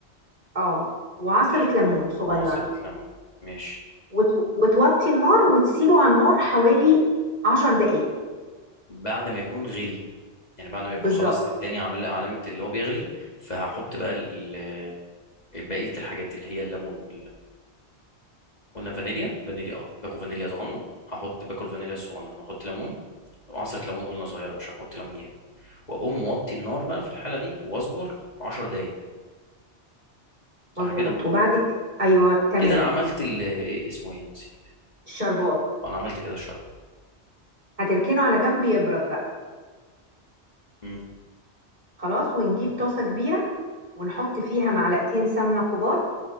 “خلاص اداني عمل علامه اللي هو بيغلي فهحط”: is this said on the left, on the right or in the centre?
Left